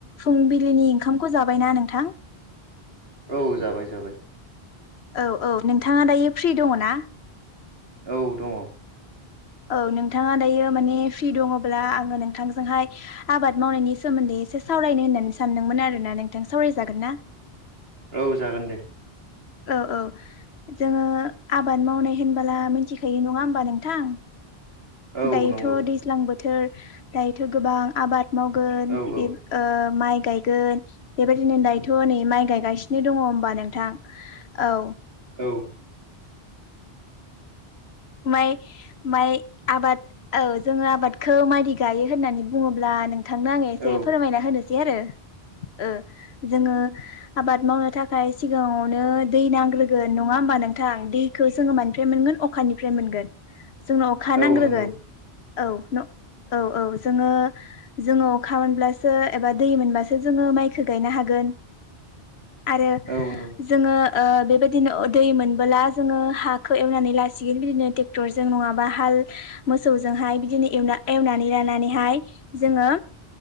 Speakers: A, on the left; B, on the right.
A: फुंबिलिनि ओंखामखौ जाबायना नोंथां?
B: औ जाबाय-जाबाय।
A: औ-औ नोंथाङा दायो फ्रि दङ ना?
B: औ दङ
A: औ नोंथाङा दायो माने फ्रि दङब्ला आङो नोंथांजोंहाय आबाद मावनायनि सोमोन्दै एसे सावरायनो होननानै सानदोंमोन आरोना नोंथां सावरायजागोन ना?
B: औ जागोन दे।
A: औ औ जोङो आबाद मावनाय होनबोला मिन्थिखायो नङा होमबा नोंथां।
B: औ
A: दायोथ'
B: नंगौ
A: दैज्लां बोथोर दायोथ' गोबां आबाद मावगोन
B: औ
A: बे
B: औ
A: ओ माइ गायगोन बेबायदिनो दायोथ' नै माइ गायगासिनो दङ होमबा नोंथां। औ।
B: औ।
A: माइ माइ आबाद औ जोङो आबादखौ मायदि गायो होननानै बुङोब्ला नों -थांनो आङो एसे
B: औ
A: फोरमायना होनोसै आरो ओ जोङो आबाद मावनो थाखाय सिगाङावनो दै नांग्रोगोन नङा होमबा नोंथां? दैखौ जोङो मानिफ्राय मोनगोन अ अखानिफ्राय मोनगोन जोंनो अखा नांग्रोगोन
B: औ नंगौ
A: औ <unintelligible> औ औ जोङो जोङो अखा मोनब्लासो एबा दै मोनबासो जोङो माइखो गायनो हागोन। आरो
B: औ नंगौ
A: जोङो ओ बेबायदिनो अ दै मोनबोला जोङो हाखो एवनानै <unintelligible> <unintelligible> बिदिनो ट्रेक्टर जों नङाबा हाल मोसौजोंहाय बिदिनो एवना -एवनानै लानानैहाय जोङो